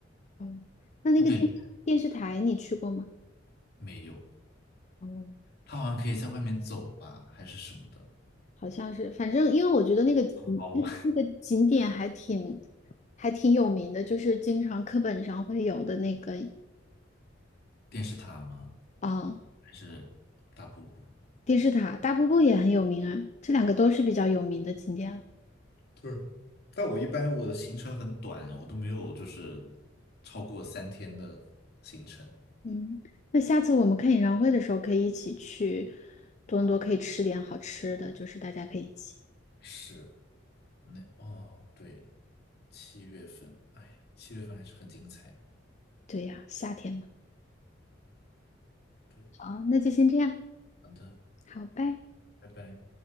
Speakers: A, on the left (about 35°); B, on the left (about 55°).
A: 哦，那那个电电视台你去过吗？
B: 我感觉没有，
A: 哦，
B: 他好像可以在外面走吧，还是什么的。
A: 好像是，反正因为我觉得那个景那个那个景点还挺
B: 哦，
A: 还挺有名的，就是经常课本上会有的那个
B: <laughs> 电视塔吗？
A: 啊、
B: 还是大瀑布？
A: 电视塔，大瀑布也很有名啊，这两个都是比较有名的景点了。
B: 对，但我一般我的行程很短，我都没有就是超过三天的行程。
A: 嗯，那下次我们看演唱会的时候，可以一起去多伦多，可以吃点好吃的，就是大家可以一起。
B: 是，那哦，对，七月份，哎呀，七月份还是很精彩。
A: 对呀，夏天嘛。
B: 对，
A: 好，那就先这样，
B: 好的，
A: 好，拜。
B: 拜拜。